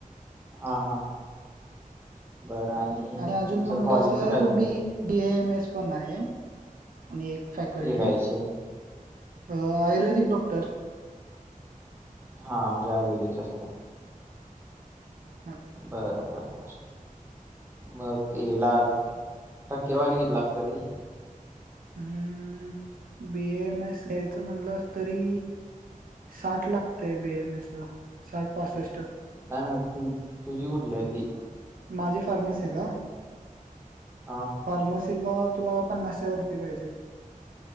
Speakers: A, on the right; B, on the right.
A: हा हा बरं आणि
B: अजून
A: तुमच
B: म्हणलास
A: कॉलेजचं
B: तर
A: काय होतय
B: बी
A: त्याचं
B: बी ए एम एस पण आहे आणि एक फॅकल्टी
A: एक ऐंशी
B: अ आयुर्वेदिक डॉक्टर
A: हा म्हणजे आयुर्वेदिकच सगळ
B: हा
A: बरं बर बर मग यला टक्केवारी कीती लागते तरी
B: हम्म बी एम एस यायचं म्हणलंस तरी साठ लागतेय बे ए एम एस ला साठ पासष्ट
A: का नावं पण तुझी कुठली आहे ती
B: माझी फार्मसी ला
A: हा
B: फार्मसीला तुला पन्नासशे वरती पाहिजे